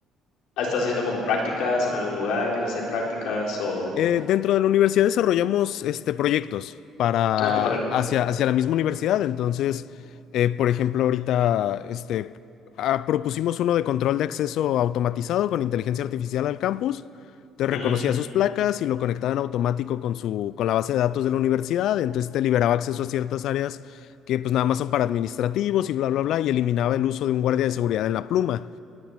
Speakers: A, on the left; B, on the left.
A: ¿estás haciendo como prácticas en algún lugar? ¿Piensas hacer prácticas o...?
B: Eh, dentro de la universidad desarrollamos este, proyectos para
A: Ah, qué padre.
B: hacia, hacia la misma universidad. Entonces, eh, por ejemplo, ahorita este, ah, propusimos uno de control de acceso automatizado con inteligencia artificial al campus. Te reconocía
A: Ujú,
B: sus placas y lo conectaba en automático con su, con la base de datos de la universidad. Entonces te liberaba acceso a ciertas áreas que pues nada más son para administrativos y bla, bla, bla, y eliminaba el uso de un guardia de seguridad en la pluma.